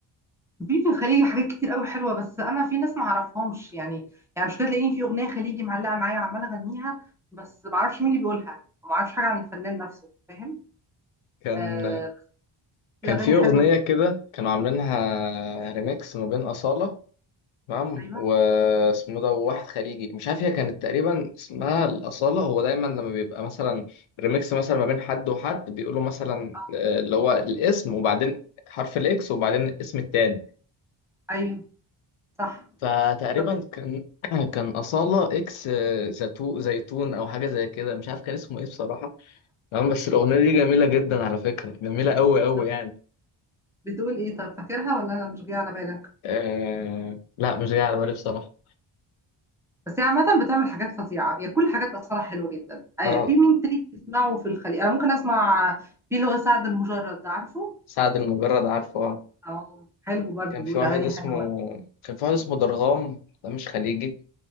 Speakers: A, in the centre; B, on the left (about 75°).
A: في في الخليجي حاجات كتير قوي حلوه بس انا في ناس ما اعرفهمش يعني يعني مش كده تلاقيني في اغنيه خليجي معلقه معايا وعماله اغنيها بس ما اعرفش مين اللي بيقولها وما اعرفش حاجه عن الفنان نفسه فاهم
B: كان
A: آه بس
B: كان
A: دي اغاني
B: في
A: حلوه
B: أغنية
A: دي
B: كده كانوا عاملينها ريميكس ما بين أصالة تمام
A: ايوه
B: واسمه ده واحد خليجي مش عارف هي كانت تقريبا اسمها الأصالة هو دايما لما بيبقى مثلا ريميكس مثلا ما بين حد وحد بيقولوا مثلا
A: اه
B: آه، اللي هو الاسم وبعدين حرف الإكس وبعدين الاسم التاني
A: ايوه صح
B: فتقريبا
A: طب
B: كان <clears throat> كان أصالة إكس آه، زيتو زيتون أو حاجة زي كده مش عارف كان اسمه إيه بصراحة تمام بس الأغنية دي جميلة جدا على فكرة جميلة أوي أوي
A: طب
B: يعني
A: بتقول ايه طب فاكرها ولا انا مش جايه على بالك
B: أه... لا مش جاية على بالي بصراحة
A: بس هي عامه بتعمل حاجات فظيعه هي كل حاجات اصلا حلوه جدا آه
B: أه
A: في مين تاني بتسمعه في الخليج انا ممكن اسمع في اللي هو سعد المجرد ده عارفه
B: سعد المجرد عارفه آه.
A: اه حلو برضو
B: كان
A: بيقول
B: في واحد
A: اغاني
B: اسمه
A: حلوه
B: كان في واحد اسمه درغام ده مش خليجي